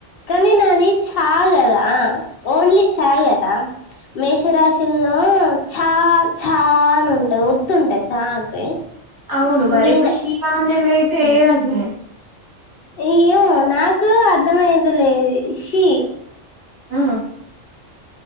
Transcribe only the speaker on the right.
అవును మరి
ఇప్పుడు శీవాజల్వే <unintelligible>
మ్